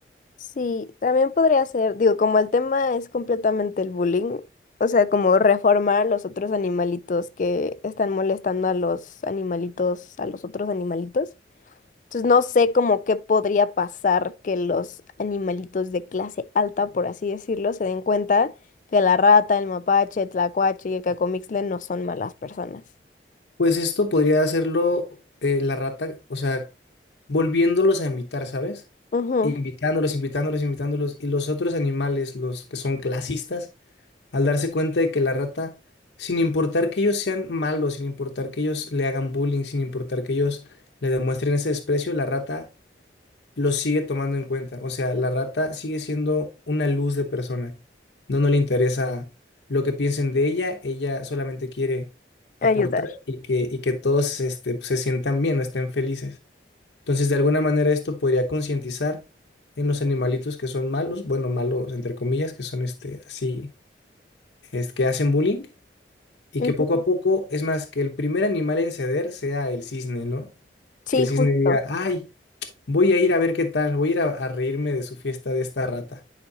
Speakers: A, on the left; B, on the left.
A: Sí, también podría ser, digo, como el tema es completamente el bullying, o sea, como reformar los otros animalitos que están molestando a los animalitos, a los otros animalitos. Entonces no sé como qué podría pasar que los animalitos de clase alta, por así decirlo, se den cuenta que la rata, el mapache, el tlacuache y el cacomixtle no son malas personas.
B: Pues esto podría hacerlo eh, la rata, o sea, volviéndolos a invitar, ¿sabes?
A: Ujú,
B: Invitándolos, invitándolos, invitándolos. Y los otros animales, los que son clasistas, al darse cuenta de que la rata, sin importar que ellos sean malos, sin importar que ellos le hagan bullying, sin importar que ellos le demuestren ese desprecio, la rata lo sigue tomando en cuenta. O sea, la rata sigue siendo una luz de persona. No, no le interesa lo que piensen de ella, ella solamente quiere
A: Ayudar.
B: aportar y que, y que todos este, pues, se sientan bien, estén felices. Entonces, de alguna manera esto podría concientizar en los animalitos que son malos, bueno, malos entre comillas, que son este, así, es que hacen bullying. Y
A: Ujú,
B: que poco a poco, es más, que el primer animal en ceder sea el cisne, ¿no?
A: Sí,
B: Que el cisne
A: justo.
B: diga, ay, Voy a ir a ver qué tal, voy a ir a, a reírme de su fiesta de esta rata.